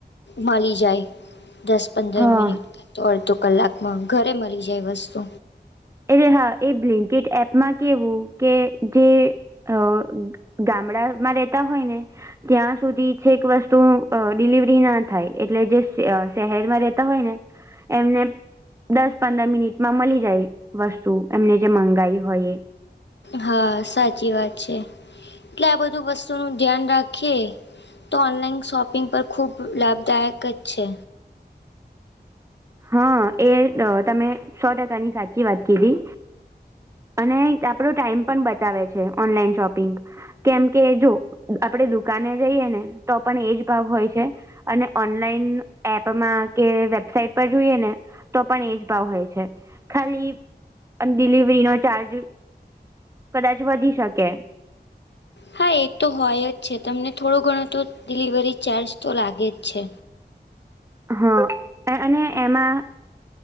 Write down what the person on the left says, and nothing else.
મલી જાય દસ પંદર
મિનિટ કે તો અડધો કલાકમાં ઘરે મલી જાય વસ્તુ.
હા, સાચી વાત છે. એટલે આ બધું વસ્તુ નું ધ્યાન રાખીએ તો ઓનલાઈન શોપિંગ પર ખૂબ લાભદાયક કજ છે.
હા, એ તો હોય જ છે તમને થોડું ઘણું તો ડિલિવરી ચાર્જ તો લાગે જ છે.